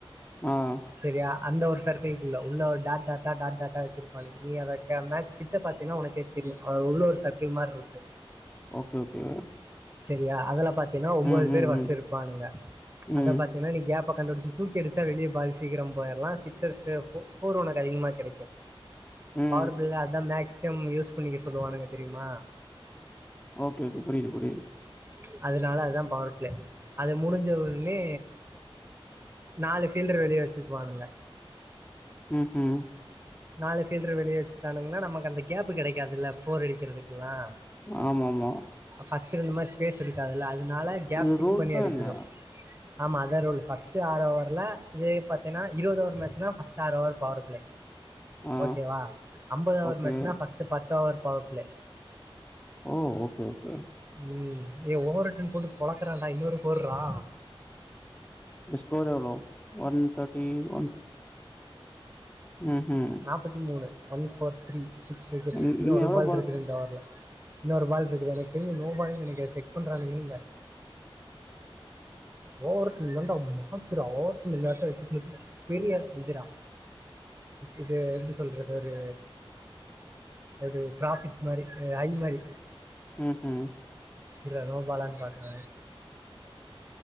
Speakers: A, on the left; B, on the right.
A: ஆஹ்
B: சரியா அந்த ஒரு சர்க்குள்குள்ளே உள்ள ஒரு டாட்டாட்டா டாட்டாட்டா வச்சிருப்பானுக நீ அத கே மேட்ச் பிட்ச பாத்தேனா உனக்கே தெரியு அது உள்ள ஒரு சர்க்குல் மாரி இருக்கு
A: ஓகே ஓகே
B: சரியா அதுல பாத் தேனா ஒன்போது
A: ம்,
B: பேர்
A: ம்,
B: பஸ்ட்
A: ம்.
B: இருப்பானுங்க அத
A: ம்,
B: பாத்தேன்னா நீ கேப் இப்ப கண்டுபிச்சு தூக்கி அடுச்சா வெளிய பால் சீக்கிரம் போயற்லாம் சிக்சர்ஸு ஃபோர் உனக்கு அதிகமா கெடைக்கும்
A: ம்.
B: பவரு பிள்ள அதான் மேக் சம் யூஸ் பண்ணிக்க சொல்லுவானுங்க தெரியுமா
A: ஓகே, ஓகே. புரியுது, புரியுது.
B: ச் அதுனால அதான் பவர் பிளே அது முடிஞ்ச உடனே நாலு பீல்டரு வெளிய வச்சுக்குவானுங்க
A: உம் ஹும்
B: நாலு ஃபீல்ட்ரு வெளிய வச்சுட்டானுங்கன்னா நமக்கு அந்த கேப் கெடைகாதுல்ல ஃபோர் அடிக்கிறதுக்கெல்லாம்
A: ஆமாமா
B: ஃபர்ஸ்ட் இருந்த மாரி ஸ்பேஸ் இருக்காது இல்ல அதனால கேப்
A: இது
B: பிக்
A: ரூல்ஸா
B: பண்ணி அடிக்கணு
A: என்ன?
B: ஆமா அதே ரூல் ஃபர்ஸ்ட் ஆறு ஓவர்ல இதே பாத்தினா இருபது ஓவர் மேட்ச்னா ஃபர்ஸ்ட் ஆறு ஓவர் பவர் பிளே
A: ஆ.
B: ஓகேவா ஐம்பது ஓவர்
A: ஓகே.
B: மேட்சனா ஃபர்ஸ்ட் பத்து ஓவர் பவர் பிளே
A: ஓ ஓகே ஓகே
B: ம்ம் ஏ ஓவர் ரிட்டர்ன் போட்டு பொளக்குறா டா இன்ன ஒரு ஃபோர் றா
A: ஸ்கோர் எவ்ளோ ஒன் தர்ட்டி ஒன் ம்ஹ்ம்.
B: நாபத்தி மூணு one four three six wickets
A: in
B: இன்னு
A: இன்னும்
B: ஒரு
A: எவ்ளோ
B: பால் இருக்கு ரெண்டு ஒவர்ல இன்னொரு பால் இருக்கு எனக் தெர்ல நோ பாலுன்னு நெனைக்கிற செக் பண்றாங்கள்ல ஓவர் கம் தாண்டா மாசு ஓவர் கம் <unintelligible> பெரிய இது டா இது எப்டி சொல்றது ஒரு ஒரு பிராஃபிட் மாரி ஐ மாரி
A: உஹ் ஹ்ம்
B: இரா நோ பாலான்னு பாக்குற